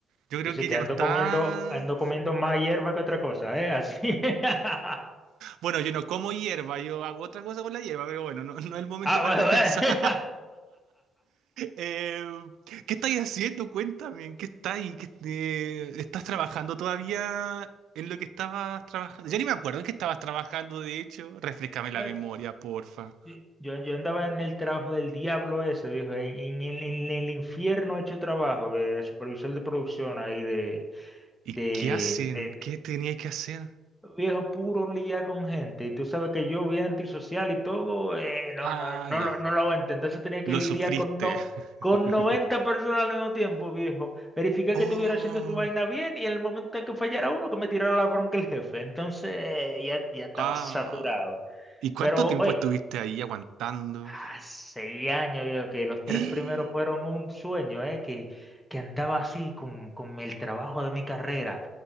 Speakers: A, on the right; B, in the centre.
A: Yo creo
B: Yo
A: que
B: que
A: ya no
B: ando
A: está.
B: comiendo, ando comiendo más hierba que otra cosa, ¿eh? Así. <laughs>
A: Bueno, yo no como hierba, yo hago otra cosa con la hierba, pero bueno, no, no es el momento
B: Ah,
A: para
B: bueno,
A: <laughs> hablar de
B: eh.
A: eso. <laughs> Eh, ¿qué estáis haciendo? Cuéntame, ¿en qué estáis? ¿Qué- eh, ¿estás trabajando todavía en lo que estabas trabajando? Ya ni me acuerdo en qué estabas trabajando, de hecho. Refrescame la memoria,
B: <laughs>
A: porfa.
B: Eh, Yo, yo andaba en el trabajo del diablo ese, dijo, en, en el, en el infierno hecho trabajo de, de supervisor de producción ahí de,
A: ¿Y
B: de,
A: qué hacen? ¿Qué teníais que hacer?
B: Viejo, puro lía con gente. Y tú sabes que yo bien antisocial y todo, eh, no,
A: Ah,
B: no, no,
A: ya.
B: lo- no lo voy a entender. Se tenía
A: Lo
B: que lidiar
A: sufriste.
B: con, no, con
A: <laughs>
B: 90 personas al mismo tiempo, viejo. Verificar
A: Oh,
B: que estuviera haciendo su vaina bien y el momento en que fallara uno, que me tirara la bronca el jefe. Entonces, eh, ya, ya estaba
A: ah.
B: saturado.
A: ¿Y cuánto
B: Pero,
A: tiempo
B: oye,
A: estuviste ahí aguantando?
B: Ah, seis años, viejo, que los tres
A: <gasps>
B: primeros fueron un sueño, eh, que, que andaba así con, con el trabajo de mi carrera.